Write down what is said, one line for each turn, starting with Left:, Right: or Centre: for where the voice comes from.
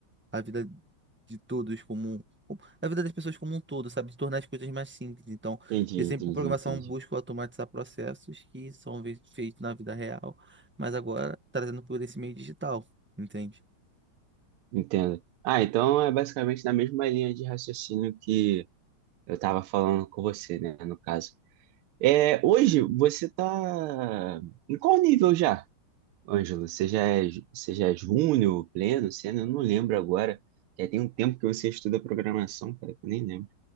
Centre: a vida de todos como, um- como- a vida das pessoas como um todo, sabe? De tornar as coisas mais simples. Então,
Right: Entendi,
Centre: eu
Right: entendi,
Centre: sempre com programação
Right: entendi.
Centre: busco automatizar processos que são ve- feitos na vida real, mas agora trazendo por esse meio digital, entende?
Right: Entendo. Ah, então é basicamente na mesma linha de raciocínio que eu estava falando com você, né, no caso. É, hoje você tá em qual nível já, Ângelo? Você já é, ju- você já é júnior, pleno, sênior? Eu não lembro agora. Já tem um tempo que você estuda programação, cara, que eu nem lembro.